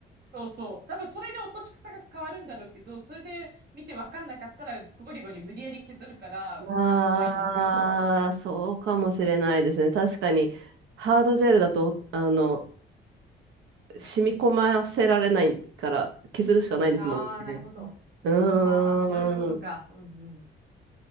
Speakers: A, on the right; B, on the right.
A: そうそう。多分それで落とし方が変わるんだろうけど、それで見てわかんなかったらゴリゴリ無理やり削るから、
B: ああ、
A: もう怖いんですよ。<laughs>
B: そうかもしれないですね。確かに、ハードジェルだと、あの、染み込ませられないから、削るしかないんですもんね。
A: ああ、なるほど。
B: うーん。
A: あーはーはー、そういうことか。うんうん。